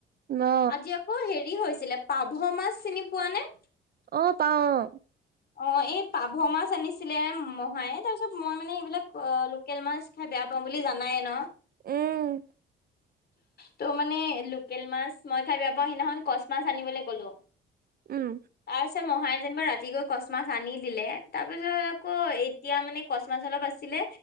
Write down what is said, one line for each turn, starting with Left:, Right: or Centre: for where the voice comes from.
Right: অ
Left: আজি আকৌ হেৰি হৈছিলে পাভ মাছ চিনি পোৱা নে
Right: অ পাওঁ অ।
Left: অ এই পাভ মাছ আনিছিলে মহায়ে তাৰ পিছত মই মানে এইবিলাক অ লোকেল মাছ খাই বেয়া পাওঁ বুলি জানায়ে ন
Right: উম
Left: ত' মানে লোকেল মাছ মই খাই বেয়া পাওঁ। সিদিনাখন কচ মাছ আনিবলৈ কলো।
Right: উম
Left: তাৰপিছত মহায়ে যেনিবা ৰাতি গৈ কচ মাছ আনি দিলে। তাৰ পিছত আকৌ এতিয়া মানে কচ মাছ অলপ আছিলে,